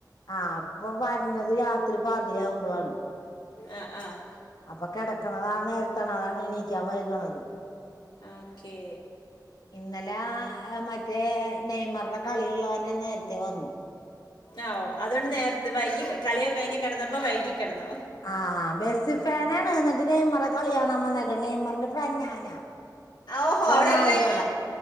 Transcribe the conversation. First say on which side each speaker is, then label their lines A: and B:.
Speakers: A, on the left (about 60°); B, on the left (about 85°).
A: ആ അപ്പൊ വര്ണത് രാത്രി പാതിര ആവുമ്പളാണ്
B: ആ ആഹ്
A: അപ്പ കെടക്കണത് ആ നേര്ത്താണ് അതാണ് എണീക്കാൻ വൈക്ണത്
B: ഓക്കേ
A: ഇന്നലെ മറ്റേ നെയ്മർടെ കളി ഇള്ള കാരണം നേര്ത്തെ വന്നു
B: ആവോ അതുകൊണ്ട് നേര്ത്തെ വൈകി കളി ഒക്കെ കഴിഞ്ഞ് കെടന്നപ്പം വൈകി കെടന്നു
A: ആ മെസി ഫാനാണ് ന്നട്ട് നെയ്മറ കളി കാണാൻ വന്നേക്ക് നെയ്മർന്റെ ഫാൻ ഞാനാ
B: ഓഹോ
A: റൊണാൾഡോടാ
B: അവിടെ എല്ലാം